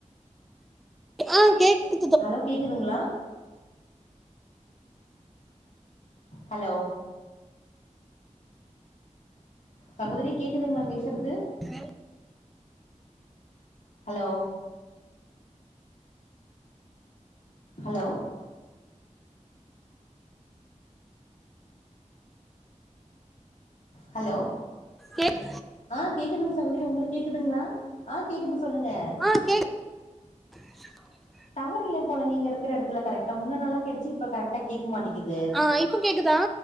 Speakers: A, in the centre; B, on the left.
A: ஆ கேக்கு
B: ஹலோ கேக்குதுங்களா ஹலோ சகோதரி கேக்குதுங்களா பேசறது
A: ஃபேன்
B: ஹலோ ஹலோ ஹலோ
A: கேக்
B: ஆ கேக்குதுங்க சகோதரி உங்களுக்கு கேக்குதுங்ளா ஆ கேக்குது சொல்லுங்க
A: ஆ கேக் <unintelligible>
B: டவர் இல்ல போல நீங்க இருக்குற எடத்துல கரெக்டா முன்ன நல்லா கேட்டுச்சு இப்ப கரெட்டா கேக்க மாட்டிக்குது
A: ஆ இப்ப கேக்குதா